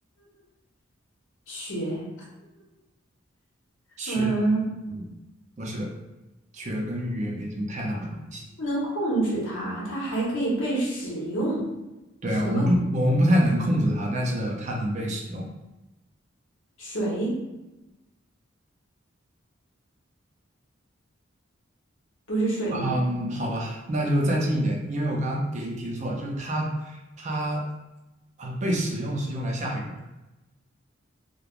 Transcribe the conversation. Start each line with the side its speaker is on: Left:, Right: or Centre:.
Left: 雪，
Right: 是。
Left: 嗯，
Right: 嗯，不是，雪跟雨言没什么太大的关系。
Left: 不能控制它，它还可以被使用。
Right: 对啊，
Left: 什么
Right: 我们不，我们不太能控制它，但是它能被使用。
Left: 水？不是水吗？
Right: 嗯，好吧，那就再近一点，因为我刚刚给一个提示错了，就是它，它啊、被使用是用来下雨的